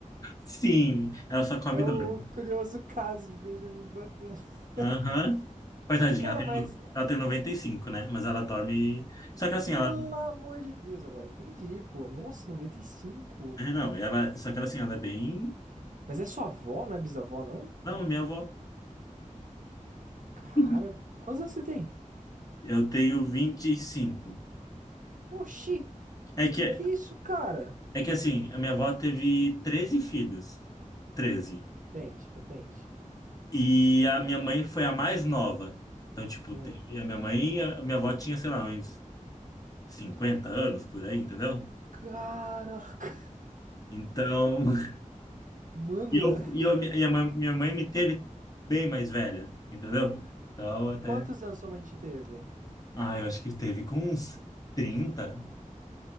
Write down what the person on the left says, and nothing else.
Sim, ela só come
e
dorme.
Aham. Coitadinha,
ela tem,
ela tem 95 né? Mas ela dorme. Só que assim,
ela.
é, Não, ela. Só que ela assim, ela é bem.
Não, minha avó.
<laughs>
Eu tenho 25
É que
É que assim, a minha avó teve 13 filhos. treze,
E a minha mãe foi a mais nova. Então, tipo,
teve a minha mãe, e a minha avó tinha, sei lá, uns 50 anos por aí, entendeu?
Então, <laughs>
e eu, e eu, e a ma- minha mãe me teve bem mais velha, entendeu? Então, até.
Ah, eu acho que teve com uns 30.